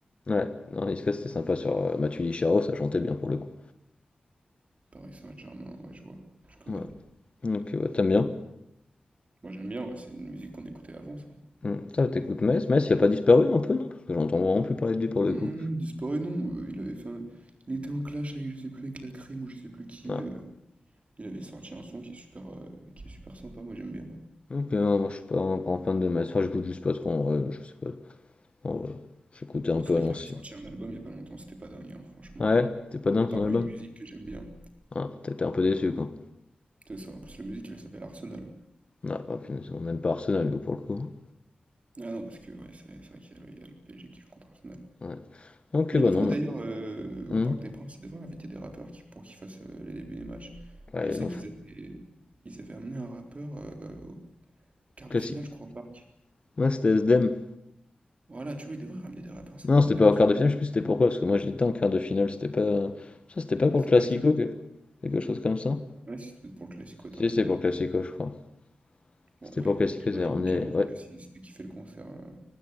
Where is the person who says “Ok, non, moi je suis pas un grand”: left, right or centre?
Left